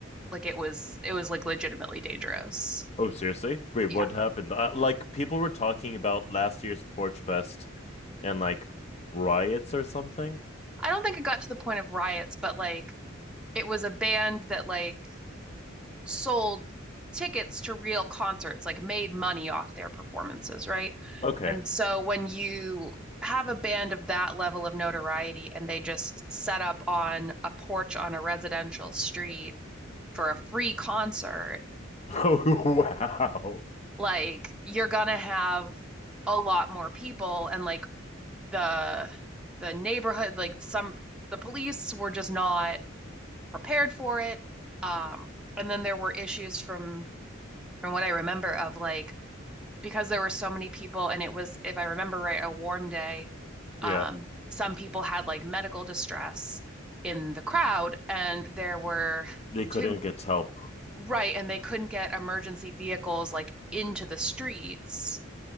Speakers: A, in the centre; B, on the left.
A: like it was it was like legitimately dangerous.
B: Oh, seriously? Wait,
A: Yeah.
B: what happened? Uh, like, people were talking about last year's Porchfest and like riots or something.
A: I don't think it got to the point of riots, but like it was a band that like sold tickets to real concerts, like made money off their performances, right?
B: Okay.
A: And so
B: <laughs>
A: when you have a band of that level of notoriety and they just set up on a porch on a residential street for a free concert,
B: Oh wow.
A: like you're gonna have a lot more people and like the the neighborhood, like some the police were just not prepared for it. Um, and then there were issues from from what I remember of like because there were so many people and it was, if I remember right, a warm day, um,
B: Yeah,
A: some people had like medical distress in the crowd and there were
B: they couldn't
A: two
B: get help.
A: right and they couldn't get emergency vehicles like into the streets